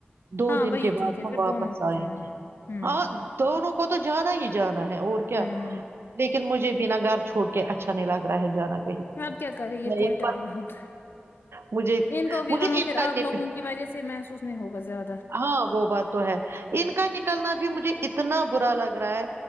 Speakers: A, on the right (about 80°); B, on the left (about 60°).
A: دو
B: ہاں
A: دن
B: وہی
A: کے بعد
B: ٹھیک ہے
A: ہم
B: پھر
A: واپس
B: دونوں کو
A: آئیں
B: جانا
A: گے
B: ہوں
A: ہاں دونوں کو تو جانا ہی جانا ہے اور کیا
B: ہوں
A: لیکن مجھے بھی بنا گھر چھوڑ کے اچھا نہیں لگ رہا ہے جانا
B: اب کیا کرے یہ
A: میںس
B: کوئی ٹائم ہوتا
A: مجھے
B: ہے ان کو بھی
A: مجھے
B: وہاں
A: ان
B: پھر
A: کا
B: آپ
A: نک
B: لوگوں کی وجہ سے محسوس نہیں ہوگا زیادہ
A: ہاں وہ بات تو ہے ان کا نکلنا بھی مجھےنا اتنا برا لگ رہا ہے